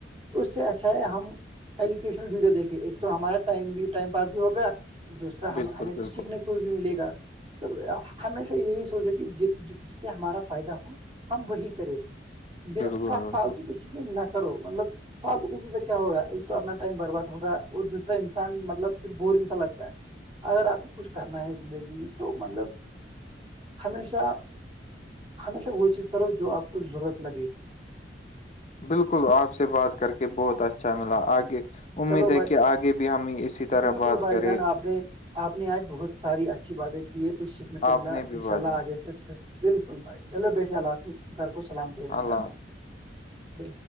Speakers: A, on the right; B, on the left.
A: اس سے اچھا ہے ہم ایجوکیشنل ویڈیو دیکھے ایک تو ہمارا ٹ ٹائم پاس بھی ہوگا دوسرا
B: بالکل
A: ہمیں کچھ سیکھنے کو بھی ملے گا تو ہشہ یہی سوچے کہ جس سے ہمارا فائدہ ہو ہم وہی کریں
B: بالکل
A: ما
B: بالکل بالکل
A: فالتو چزے نہ کرو مطلب فالتو کسی سے کیا ہوگا ایک تو اپنا ٹائم برباد ہوگا اور دوسا انسان مطلب پھر بورنگ سا لگتا ہے اگر آپ کو کچھ کرنا ہے زندگی میں تو مطلب ہمیشہ ہمیشہ وہ چیز کرو جو آپ کو ضرورت لگے
B: بالکل آپ سے بات کر کے بہت اچھا ملا آگے- امید
A: چلو بھائی
B: ہے کہ آگے بھی ہم اسی طرح
A: بالکل
B: بات
A: بھائی
B: کریں
A: جان آپ نے آپ نے آج بہت ساری اچھی باتیں کی ہے کچھ سیکھنے کو ملا
B: آپ نے بھی
A: ان
B: بجا
A: شاء اللہ آگے سے پھر بالکل بھائی چلو بیٹھے اللہ حافظ گھر کو سلام نا
B: اللہ حافظ